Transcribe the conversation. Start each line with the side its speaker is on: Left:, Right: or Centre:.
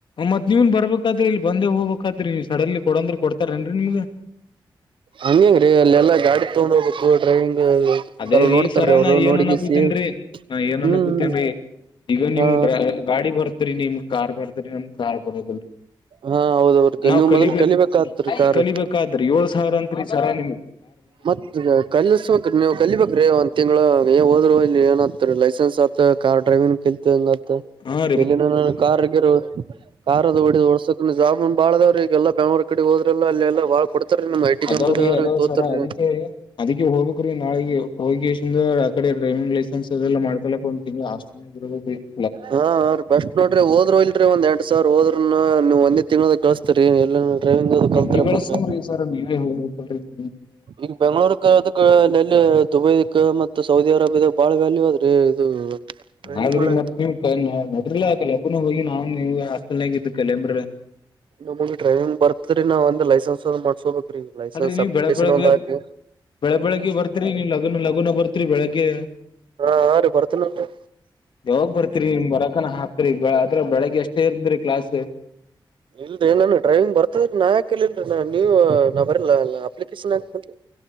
Left: ಮತ್ ನೀವನ್ ಬರ್ಬೇಕಾದ್ರಿ ಇಲ್ಲಿ ಬಂದೇ ಹೋಗ್ಬೇಕಾದ್ರಿ ನೀವು ಸಡನ್ಲಿ ಕೊಡಂದ್ರ ಕೊಡ್ತಾರೇನ್ರೀ ನಿಮ್ಗ
Right: ಹಂಗಂಗ್ರೀ ಅಲ್ಲೆಲ್ಲಾ ಗಾಡಿ ತೊಗೊಂಡ್ ಹೋಗ್ಬೇಕು ಡ್ರೈವಿಂಗ್
Left: ಅದೇ
Right: ಕಲ್
Left: ರೀ
Right: ನೋಡ್ತಾರೀ
Left: ಈ ಸರ
Right: ಅವ್ರು
Left: ನ ಏನನ್ನ
Right: ನೋಡಗಿಸಿ
Left: ಕೂತನ್ಿ ನಾ ಏನ್ನ್ನ
Right: ಹ್ಮ್
Left: ಕೂತನ್ರಿ ಈಗ ನಿಮ
Right: ಹಾ
Left: ಡ್ರೈ ಗಾಡಿ ಬರ್ತ್ರಿ ನಿಮ ಕಾರ್ ಬರ್ತ್ರಿ ನಮ ಕಾರ್ ಬರದಲ್ರರಿ
Right: ಹಾ ಹೌದವ್ರ
Left: ನಾವ್
Right: ನೀವ್
Left: ಕಲಿಬೇಕ
Right: ಮೊದ್ಲು ಕಲಿಬೇಕಾತ್ರಿ ಕಾರ್
Left: ಕಲಿಬೇಕಾದ್ರಿ ಏಳ್ ಸಾವಿರ ಅತ್ರಿ ಈ ಸರ ನಿಮಗೆ
Right: ಮತ್ ಕಲಸ್ಬೇಕ ನೀವು ಕಲಿಬೇಕ ೀ ಒಂದ್ ತಿಂಗ್ಳ ಏ ಹೋದ್ರು ಇಲ್ಲಿ ಏನ್ತ್ರಿ ಲೈಸೆನ್ಸ್ ಆತ್ ಕಾರ್ ಡ್ರೈವಿಂಗ್ ಕಂಗ
Left: ಹ್ಮ
Right: ಇಲ್ಲಿ ನ ಕಾರ್ -ಗಿರ್ ಕಾರದಹೊಡ್ಸಕನು ಜಾಬ್ ಬಾಳ್ಅದಾವರಿ. ಈಗ ಎಲ್ಲಾ ಬೆಂಗ್ಳೂರು ಕಡೆ ಹೋದ ಅಂದ್ರನು ಅಲ್ಲಿ ಎಲ್ಲರ ಬಾಳ ಕೊಡ್ತಾರೆ ನಮ್ಮ ಐಟಿಕಂಪನಿದಾಗ
Left: ಅದಾವ್ರಿ
Right: ಅದರಾಗತೋಗತಾರಿ.
Left: ಅದಾವ್ ಸರ ಅದಕ್ಕೆ ಅದಕ್ಕೆ ಹೋಗಬೇಕ್ರೀ ನಾಳಿಗೆ ಹೋಗಿ ಕೆಸಿಂದ ಆ ಕಡೆ ಡ್ರೈವಿಂಗ್ ಲೈಸೆನ್ಸ್ ಅದೆಲ್ಲ ಮಾಡ್ಕಲಕ್. ಒಂದ ತಿಂಗ್ಳ ಅಿ <inaudible>
Right: ಹಾ, ಬೆಸ್ಟ್ ನೋಡ್ರಿ ಹೋದ್ರು ಇಲ್ರಿ ಒಂದ್ ಎಂಟ ಸಾವಿರ ಹೋದ್ರನು ನೀವು ಒಂದೇ ತಿಂಗಳದಗ ಗಳಿಸ್ತಿರಿ ಎಲ್ಲ ಡ್ರೈವಿಂಗ್ ಅದು ಕಲ್ತಾರಪ್ಪ
Left: ಎಲ್ಲಿಿಸ
Right: ಅಂದ್ರ
Left: ಸ ನೀವೇ ಹೇಬೇಕಲ್ <unintelligible>
Right: ಈಗ ಬೆಂಗಳೂರ್ಕ ಅದಕ ಅಲ್ಲಿ ಎಲ್ಲಿದುಬೈಕ್ ಮತ್ತ ಸೌದಿ ಅರೇಬಿಯ ಬಾಳ ವ್ಯಾಲ್ಯೂ ಆದ್ರಿ ಇದು ಡ್ರೈವಿಂಗ್
Left: ಹಾಗ್ರಿ
Right: ಮಾಡಾಕ
Left: ಮತ್ತ ನೀವ್ ಕ <unintelligible> ಅ ಅದ ಲಬ್ಬ <unintelligible> ನ ಹೋಗಿ ನಾವು ನೀವು ಹಾಸ್ಟಲ್ ಆಗ ಇದ ಕಲಂಬ್ರಿ
Right: ನಮಗ್ ಡ್ರೈವಿಂಗ್ ಬರ್ತ್ರಿದ್ರಿ. ನಾವ್ ಅಂದ್ರಾ ಲೈಸೆನ್ಸ್ ಅವು ಮಾಡಸ್ಕೋಬೇಕ್ರೀ ಲೈಸೆನ್ಸ್
Left: ಅಲ್ರಿ ನೀವ್
Right: ಅಪ್ಲಿಕೇಶನ್
Left: ಬೆಳ ಬೆಳಗ್ಗೆ
Right: ಒಂದಹಾಕಿ
Left: ಬೆಳ ಬೆಳಿಗ್ಗೆ ಬರ್ತೀರಿ ನೀವು ಲಗುನ- ಲಗುನ ಬರ್ತೀರಿ ಬೆಳಿಗ್ಗೆ.
Right: ಹಾ ಹಾ ರೀ ಬರ್ತೇನಲ್ರಿ
Left: ಯಾವಾಗ ಬರ್ತೀರಿ ನಿಮ ಬರಕಾನ ಹ ಅದ್ರ ಬೆಳಗ್ಗೆ ಅಷ್ಟೇ ಇರ್ತದ್ರಿ ಕ್ಲಾಸ್
Right: ಇಲ್ರಿ ನನ್ಗ ಡ್ರೈವಿಂಗ್ ಬರ್ತದ್ರಿ ನಾ ಯಾಕ ಕಲಿಲ್ರಿ. ನೀವು ನಾ ಬರಿಲ್ಲ ಕೃಷ್ಣ <inaudible>